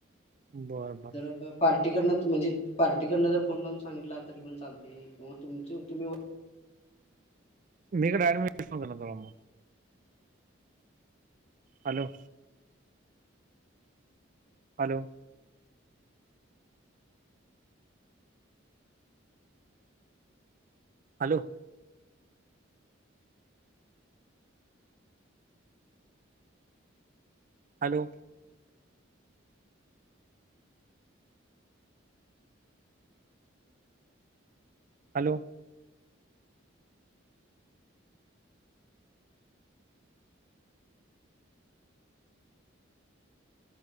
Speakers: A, on the right (about 40°); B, on the left (about 30°).
A: बरं बरं
B: तर आता पार्टी करण, म्हणजे पार्टी करण जर फोन लावून सांगितला तरी पण चालतय, किंवा तुमचं तुम्ही
A: मी इकड <unintelligible> सांगतो ना तवा म hello, hello, hello, hello, hello,